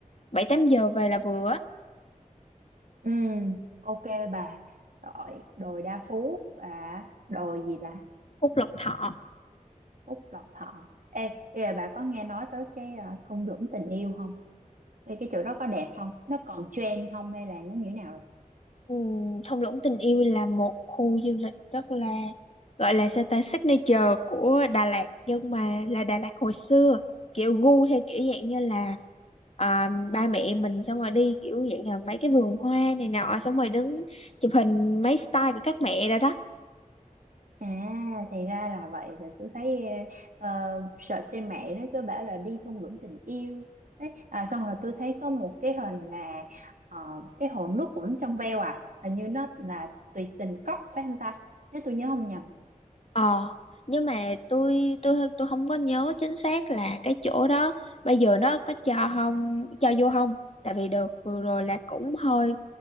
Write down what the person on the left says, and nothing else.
7-8 giờ về là vừa á.
phút lộc thọ
Ừm, Thung lũng tình yêu là một khu du lịch rất là gọi là sao ta signature của Đà Lạt nhưng mà là Đà Lạt hồi xưa kiểu gu theo kiểu dạng như là à, ba mẹ mình xong rồi đi kiểu dạng là mấy cái vườn hoa này nọ xong rồi đứng chụp hình mấy style của các mẹ rồi đó
ờ nhưng mà tôi tôi tôi không có nhớ chính xác là cái chỗ đó bây giờ nó có cho không cho vô không tại vì đợt vừa
rồi là cũng hơi